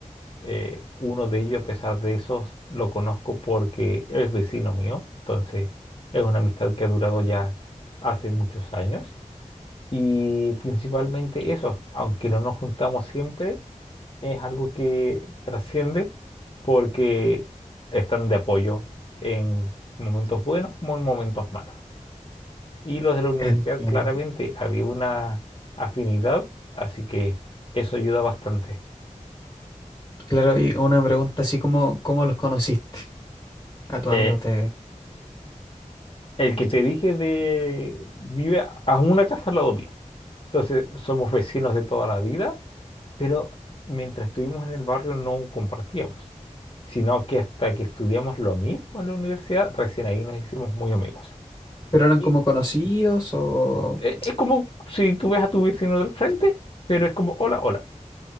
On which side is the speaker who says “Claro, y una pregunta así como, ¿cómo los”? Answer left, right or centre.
Left